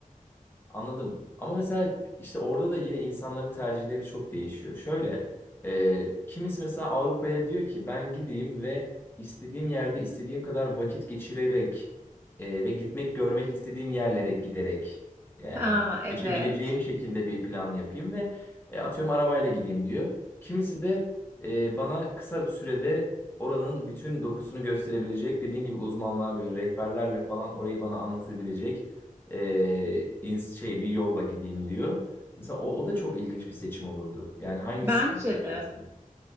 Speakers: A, on the left (about 15°); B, on the right (about 15°).
A: Anladım. Ama mesela işte orada da yine insanların tercihleri çok değişiyor. Şöyle, e, kimisi mesela Avrupa'ya diyor ki ben gideyim ve istediğim yerde istediğim kadar vakit geçirerek e, ve gitmek görmek istediğim yerlere giderek yani
B: Ha evet.
A: geçebileceğim şekilde bir plan yapayım ve e, atıyorum arabayla gideyim diyor. Kimisi de e, bana kısa sürede oranın bütün dokusunu gösterebilecek dediğim gibi uzmanlar böyle rehberlerle falan orayı bana anlatabilecek e, ins- şey bir yolla gideyim diyor. Mesela o, o da çok ilginç bir seçim olurdu. Yani hangisini
B: Bence
A: seçeceksin?
B: de.